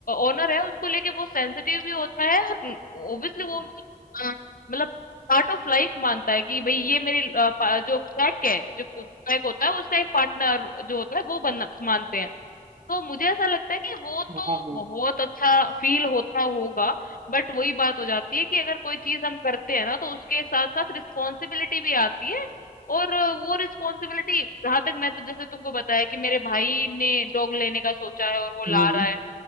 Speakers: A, on the left; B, on the right.
A: ओनर है उसको लेके बहुत सेंसिटिव भी होता है और ऑब्वियसली वो उनका अ, मतलब पार्ट ऑफ लाइफ मानता है कि भाई ये मेरी अ, पा- जो पैक है जो पैक होता है उसका एक पार्टनर जो होता है वो बनना मानते हैं तो मुझे ऐसा लगता है कि वो
B: हाँ
A: तो
B: हाँ
A: बहुत अच्छा फील होता होगा बट वही बात हो जाती है कि अगर कोई चीज हम करते हैं ना तो उसके साथ साथ रिस्पॉन्सिबिलिटी भी आती है और अ, वो रिस्पॉन्सिबिलिटी जहां तक मैं तो जैसे तुमको बताया कि मेरे भाई ने डॉग लेने का सोचा है और वो
B: हम्म
A: ला रहा है